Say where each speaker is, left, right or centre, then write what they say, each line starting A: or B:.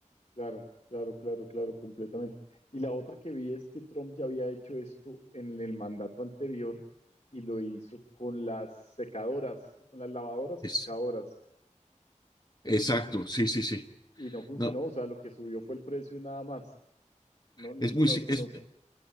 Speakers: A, on the left (about 50°); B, on the left (about 30°).
A: Claro, claro, claro, claro, completamente. Y la otra que vi es que Trump ya había hecho esto en el mandato anterior y lo hizo con las secadoras, con las lavadoras
B: Es,
A: o secadoras,
B: exacto, sí, sí, sí.
A: y no funcionó,
B: No,
A: o sea, lo que subió fue el precio nada más. No, no,
B: es muy,
A: no,
B: ci- es,
A: no,